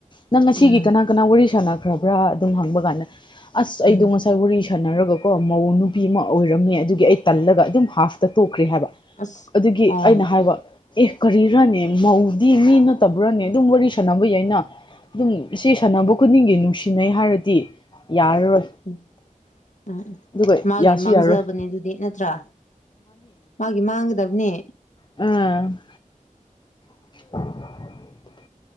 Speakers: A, on the left (about 35°); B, on the left (about 60°).
A: ꯅꯪ ꯉꯁꯤꯒꯤ
B: ꯎꯝ
A: ꯀꯅꯥ -ꯀꯅꯥ ꯋꯥꯔꯤ ꯁꯥꯟꯅꯈ꯭ꯔꯕ꯭ꯔꯥ ꯑꯗꯨꯝ ꯍꯪꯕ ꯀꯥꯟꯗ ꯑꯁ
B: ꯎꯝ
A: ꯑꯩꯗꯣ ꯉꯁꯥꯏ ꯁ ꯋꯥꯔꯤ ꯁꯥꯟꯅꯔꯒꯀꯣ ꯃꯧ ꯅꯨꯄꯤ ꯑꯃ ꯑꯣꯏꯔꯝꯃꯦ ꯑꯗꯨꯒꯤ ꯑꯩ ꯇꯜꯂꯒ ꯑꯗꯨꯝ ꯍꯥꯐꯇ ꯇꯣꯛꯈ꯭ꯔꯦ ꯍꯥꯏꯕ
B: ꯑꯁ
A: ꯑꯗꯨꯒꯤ
B: ꯑꯣ ꯍꯣꯏ
A: ꯑꯩꯅ ꯍꯥꯏꯕ ꯑꯦ ꯀꯔꯤꯔꯥꯅꯤ ꯃꯧꯗꯤ ꯃꯤ ꯅꯠꯇꯕ꯭ꯔꯥꯅꯤ ꯑꯗꯨꯝ ꯋꯥꯔꯤ ꯁꯥꯟꯅꯕ ꯌꯥꯏꯅ ꯑꯗꯨꯝ ꯁꯤ ꯁꯥꯟꯅꯕ ꯈꯨꯗꯤꯡꯒꯤ ꯅꯨꯡꯁꯤꯅꯩ ꯍꯥꯏꯔꯗꯤ ꯌꯥꯔꯔꯣꯏ
B: ꯎꯝ -ꯎꯝ
A: ꯑꯗꯨꯒ
B: ꯃꯥꯒꯤ
A: ꯌꯥꯁꯨ
B: ꯃꯥꯡꯖꯕꯅꯦ
A: ꯌꯥꯔꯣꯏ
B: ꯑꯗꯨꯗꯤ ꯅꯠꯇ꯭ꯔꯥ ꯃꯥꯒꯤ ꯃꯥꯡꯒꯗꯕꯅꯦ
A: ꯎꯝ <unintelligible>